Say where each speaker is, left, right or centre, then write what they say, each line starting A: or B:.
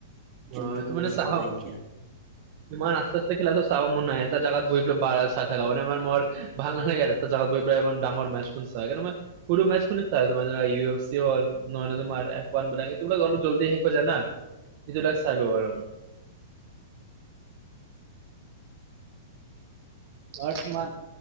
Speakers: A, on the right; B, on the right.
A: অ
B: যোনটো
A: এইটো
B: মোৰ
A: মানে
B: ওচৰত
A: চাহ
B: নাইকিয়া।
A: ইমান আ্চতে আ্চতে খেলা চাব মন নাই এটা জাগাত বহ পো বাৰ চাই থাকা মানে মাৰ মোৰ ভাল নালাগে ত জাগাত ব বহি পেলাই ইমান ডাঙৰ মেছখন চোৱা সেই কাৰণে মই সৰু মেচ খুনে চায় তোমাৰ ইউ এফ চি হ'ল নহয় তোমাৰ এফনবিলাকে তোমালোক অলপ জল্দি শেষ হৈ যায় না। এইটো লাগা চালো আৰু। আৰু তোমাৰ